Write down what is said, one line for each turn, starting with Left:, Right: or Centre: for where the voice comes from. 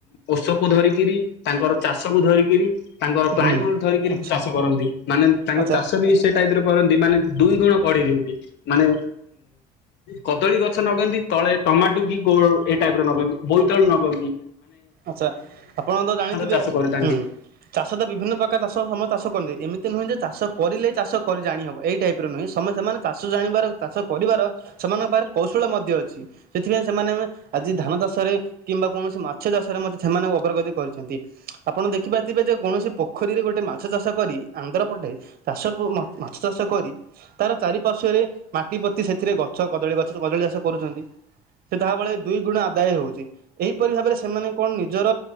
Left: ଔଷକୁ ଧରିକିରି ତାଙ୍କ ଚାଷକୁ ଧରିକିରି ତାଙ୍କର କ୍ଲାଇମର
Right: ହୁଁ
Left: ଧରିକିରି
Right: ଆଚ୍ଛା
Left: ଚାଷ କରନ୍ତି ମାନେ ତାଙ୍କ
Right: ଆଚ୍ଛା
Left: ଚାଷ ବି ସେ ଟାଇପ୍ ର କରନ୍ତି ମାନେ ଦୁଇ ଗୁଣ ବଢେ ଦିଅନ୍ତି ମାନେ କଦଳୀ ଗଛ ନଗୁଅନ୍ତି। ତଳେ ଟମାଟୁ କି କୋ ଏଇ ଟାଇପର ନଗାନ୍ତି ବୋଇତାଳୁ ନଗୁଅନ୍ତି।
Right: ଆଛା ଆପଣ ତ ଜାଣିଥିବେ
Left: ଚାଷ କରିଥାନ୍ତି।
Right: ହୁଁ ଚାଷ ତ ବିଭିନ୍ନ ପ୍ରକାର ଚାଷ ସମ ଚାଷ କନ୍ତେ ଏମିତି ନୁହେଁ ଯେ ଚାଷ କରିଲେ ଚାଷ କରି ଜାଣି ହବ ଏଇ ଟାଇପ ର ନୁହେଁ। ସମ ସେମାନେ ଚାଷ ଜାଣିବାର ଚାଷ କରିବାର ସେମାନଙ୍କ ପାଖରେ କୌଶଳ ମଧ୍ୟ ଅଛି ସେଥିପାଇ ସେମାନେ ଆମେ ଆଜି ଧାନ ଚାଷରେ କିମ୍ବା କୌଣସି ମା ଛ ଚାଷରେ ମଧ୍ୟ ସେମାନେ ଅଗ୍ରଗତି କରିଛନ୍ତି ଆପଣ ଦେଖିରୁଥିବେ ଯେ କୌଣସି ପୋଖରୀରେ ଗୋଟେ ମାଛ ଚାଷ କରି ଆନ୍ଧ୍ର ପଟେ ଚାଷକୁ ମାଛ ଚାଷ କରି ତାର ଚାରିପାର୍ଶ୍ଵରେ ମାଟି ପୋତି ସେଥିରେ ଗଛ କଦଳୀ ଗଛ କଦଳୀ ଚାଷ କରଚନ୍ତି ସେ ତାହା ବଳରେ ଦୁଇ ଗୁଣ ଆଦାୟ ହଉଛି ଏହିପରି ଭାବେରେ ସେମାନେ କଣ ନିଜର